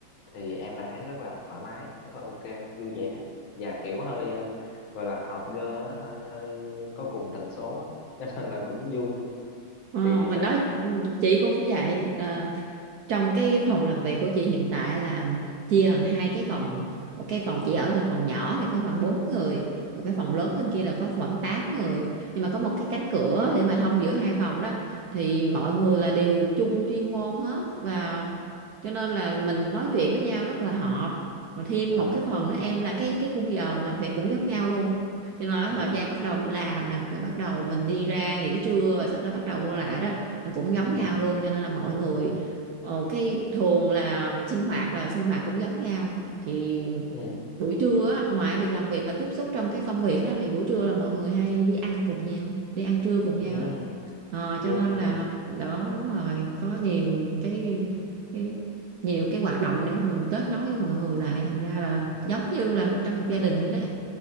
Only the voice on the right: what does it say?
Ờ,
mình
nói ừ, chị cũng vậy Ờ, trong cái phòng làm việc của chị hiện tại là chia thành hai cái phòng một cái phòng
chị ở bên phòng nhỏ thì có khoảng 4 người còn cái phòng lớn
bên kia là có khoảng 8 người nhưng mà có một cái cánh cửa để mà thông giữa hai phòng đó thì mọi người là đều chung chuyên môn hết và cho nên là mình nói chuyện với nhau rất là hợp rồi thêm
một cái
phần nữa em là cái cái khung giờ làm việc cũng giống nhau luôn cho nên là
thời gian bắt đầu đi làm nè rồi bắt đầu mình đi ra nghỉ trưa rồi sau đó bắt đầu vô lại đó là cũng giống nhau
luôn cho nên là mọi người
ờ, cái thường là sinh hoạt là sinh hoạt cũng giống nhau thì
buổi trưa á, ngoài việc làm việc mà tiếp xúc trong cái công việc đó thì buổi trưa là mọi người hay đi ăn cùng nhau đi ăn trưa cùng nhau
đó. Ờ,
cho nên là
đó đúng rồi có nhiều cái, cái nhiều cái hoạt động để mà mình kết nối với mọi người lại thành ra là
giống
như là trong một gia đình vậy đó em.